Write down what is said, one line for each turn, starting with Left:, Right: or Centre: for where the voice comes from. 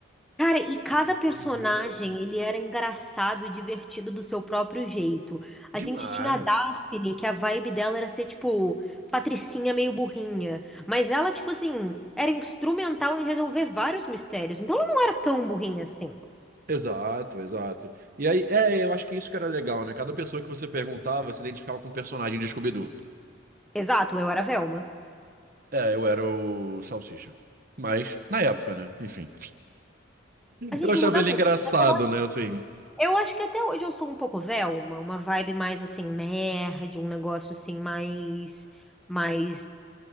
Centre: Cara, e cada
Right: O Scooby-Doo
Centre: personagem,
Right: é assim,
Centre: ele era engraçado e divertido do seu próprio jeito. A
Right: demais.
Centre: gente tinha a Daphne, que a vibe dela era ser, tipo, patricinha meio burrinha. Mas ela, tipo assim, era instrumental em resolver vários mistérios. Então ela não era tão burrinha assim.
Right: Exato, exato. E aí, é, eu acho que isso que era legal, né? Cada pessoa que você perguntava se identificava com um personagem de Scooby-Doo.
Centre: Exato, eu era Velma.
Right: É, eu era o Salsicha. Mas, na época, né? Enfim.
Centre: A gente
Right: Eu achava
Centre: muda
Right: ele
Centre: muito.
Right: engraçado,
Centre: Mas Eu a-
Right: né? Assim.
Centre: eu acho que até hoje eu sou um pouco Velma, uma vibe mais assim, nerd, um negócio assim, mais, mais